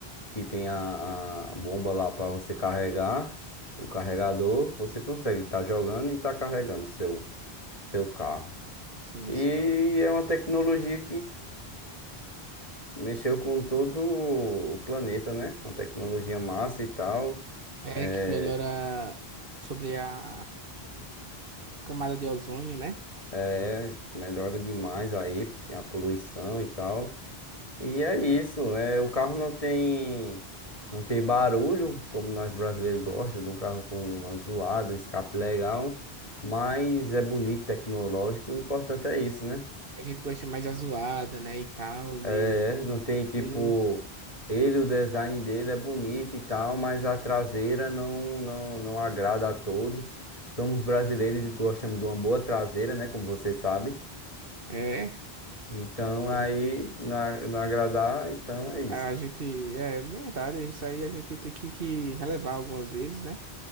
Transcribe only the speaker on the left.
que tem a, a bomba lá para você carregar, o carregador, você consegue estar jogando e estar carregando seu seu carro.
E
é uma tecnologia Mexeu com todo o planeta, né? Uma tecnologia massa e tal.
É,
é, melhora demais aí a poluição e tal. E é isso. É, o carro não tem, não tem barulho, como nós brasileiros gostamos, de um carro com uma zoada, um escape legal. Mas
é bonito, tecnológico. O importante é isso, né?
É,
é, não tem tipo.
Ele, o design dele é bonito e tal, mas a traseira não, não, não agrada a todos. Somos brasileiros e gostamos de uma boa traseira, né? Como você sabe.
Então
aí
não, não agradar, então é isso.